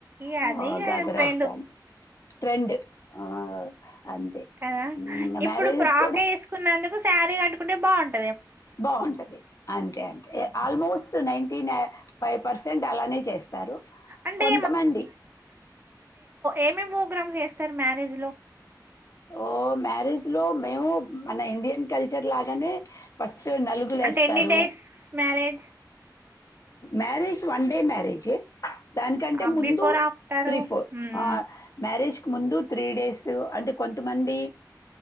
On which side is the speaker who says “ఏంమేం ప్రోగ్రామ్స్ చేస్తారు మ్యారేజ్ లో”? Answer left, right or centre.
Right